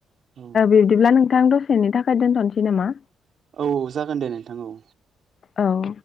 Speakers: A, on the right; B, on the left.
A: औ
B: बिब्दिब्ला नों नोंथां दसेनि थाखाय दोनथ'नोसै नामा
A: औ जागोन दे नोंथां औ
B: औ